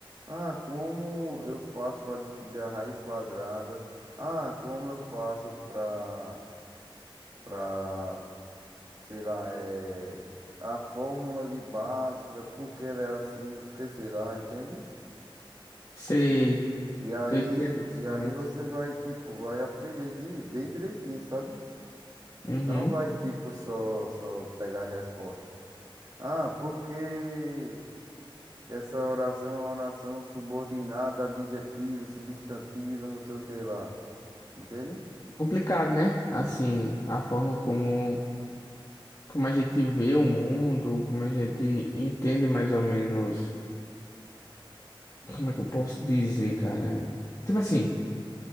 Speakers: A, on the right (about 40°); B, on the left (about 40°).
A: ah, como eu faço pra descobrir a raiz quadrada? Ah, como eu faço pra pra, sei lá, é, a fórmula de Bhaskara, por que ela é assim, porque que sei lá, entende?
B: Sei,
A: E aí,
B: tô entendendo esse
A: e
B: momento.
A: aí você vai, tipo, vai aprender de, bem direitinho, sabe?
B: Uhum.
A: Não vai, tipo, só, só pegar a resposta. Ah, porque essa oração é uma oração subordinada, adjetiva, substantiva, não sei o que lá. Entende?
B: Complicado, né? Assim, a forma como. como a gente vê o mundo, como a gente entende mais ou menos, como é que eu posso dizer, cara? Tipo assim,